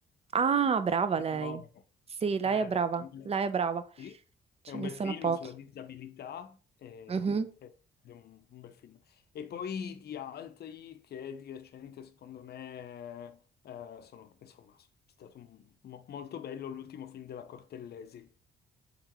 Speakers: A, on the right; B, on the left.
A: Ah, brava lei.
B: No.
A: Sì, lei
B: Eh,
A: è brava,
B: beh, È un bel-
A: lei è brava.
B: sì,
A: Ce
B: è un
A: ne
B: bel
A: sono
B: film
A: pochi.
B: sulla disabilità, eh,
A: Mhm.
B: ed è un, un bel film. E poi di altri che di recente, secondo me, eh, sono, insomma, è stato un- mo- molto bello l'ultimo film della Cortellesi.